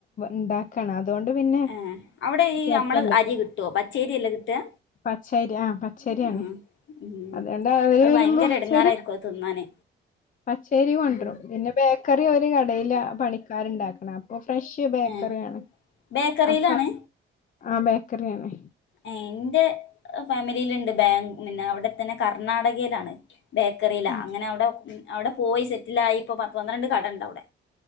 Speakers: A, on the left; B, on the left.
A: ഉണ്ടാക്കി ക്കാണ് അതുകൊണ്ട് പിന്നെ
B: ഈഹ് അവിടെ ഈ
A: കുഴപ്പല്ല
B: നമ്മളെ അരി കിട്ടുവോ പച്ചേരിയല്ലേ കിട്ടുക
A: പച്ചേരി ആഹ് പച്ചേരിയാണ്
B: ആഹ് ഉം
A: അതുകൊണ്ട് അവര്
B: അത്
A: വരുമ്പോ
B: ഭയങ്കര
A: പച്ചരി
B: എടങ്ങാറായിരിക്കും അത് തിന്നാന്
A: പച്ചേരി കൊണ്ടെരും
B: ഉം
A: പിന്നെ ബേക്കറി അവര് കടെല് പണിക്കാരുണ്ടാക്കണം ഓഹ് ഫ്രഷ് ബേക്കറിയാണ്
B: ഏഹ് ബേക്കറിയിലാണ്
A: അപ്പ ആ ബേക്കറിയാണ്
B: ആഹ് എന്റെ ഫാമിലിയിലൊണ്ട് ബാ പിന്നെ അവിടെത്തന്നെ കർണാടകയിലാണ് ബേക്കറിയിലാ
A: ആ
B: അങ്ങനെ അവിടെ അവിടെ പോയി സെറ്റിൽ ആയി ഇപ്പോ പത്ത് പന്ത്രണ്ട് കടയുണ്ട് അവിടെ